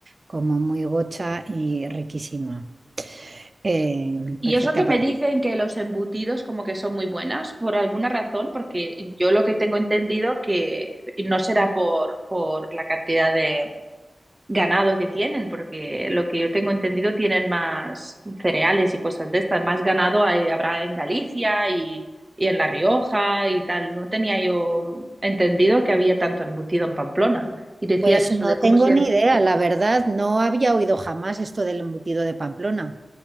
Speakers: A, on the right; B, on the right.
A: como muy gocha y riquísima. Eh,
B: Y
A: perfecta
B: eso que me
A: para.
B: dicen que los embutidos como que son muy buenas, por alguna razón, porque yo lo que tengo entendido que no será por, por la cantidad de, ganado que tienen, porque lo que yo tengo entendido tienen más cereales y cosas de estas, más ganado hay- habrá en Galicia y, y en La Rioja y tal. No tenía yo entendido que había tanto embutido en Pamplona. Y decían
A: Pues
B: eso
A: no
B: de cómo
A: tengo
B: se...
A: ni idea, la verdad, no había oído jamás esto del embutido de Pamplona.